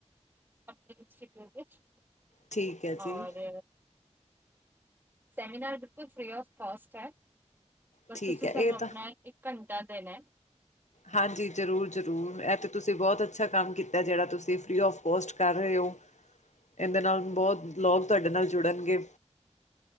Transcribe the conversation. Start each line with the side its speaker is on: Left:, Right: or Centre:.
Right: ਅਪਨੇ ਇੰਸਟੀਟਿਊਟ ਵਿਚ,
Left: ਠੀਕ ਹੈ ਜੀ
Right: ਔਰ। ਸੈਮੀਨਾਰ ਬਿਲਕੁਲ ਫ੍ਰੀ ਆਫ਼ ਕੋਸਟ ਐ, ਬਸ
Left: ਠੀਕ
Right: ਤੂਸੀ
Left: ਹੈ
Right: ਸਾਨੂੰ
Left: ਇਹ
Right: ਅਪਨਾ
Left: ਤਾਂ
Right: ਇਕ। ਘਂਟਾ ਦੇਨੈ।
Left: ਹਾਂਜੀ ਜਰੂਰ, ਜਰੂਰ ਐ ਤੇ ਤੂਸੀ ਬੋਤ ਅੱਛਾ ਕੰਮ ਕੀਤਾ, ਜੇੜਾ ਤੂਸੀ ਫ੍ਰੀ ਆਫ਼ ਕੋਸਟ ਕਾਰ ਰੇ ਓ। ਏਂਦੇ ਨਾਲ ਬੋਤ ਲੋਗ ਤੂਆਡੇ ਨਾਲ ਜੁੜਨਗੇ।